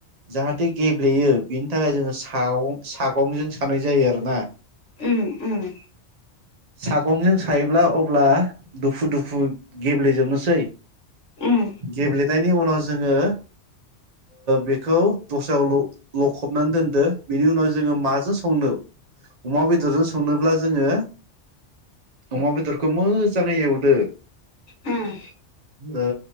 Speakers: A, on the right (about 45°); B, on the left (about 75°).
A: जाहाथे गेब्लेयो बेनि थाखाय जोङो सागं सागंजों सानाय जायो आरो ना
B: ओम ओम
A: सागंजों सायोब्ला अब्ला दुफु दुफु गेब्लेेजोबनोसै
B: उम
A: गेब्लेनायनि उनाव जोङो बेखौ दस्रायाव लख लखबनानै दोनदो बेनि उनाव जोङो माजों संनो अमा बेदरजों संनोब्ला जोङो अमा बेदरखौ मोजाङै एवदो ।
B: उम
A: ओ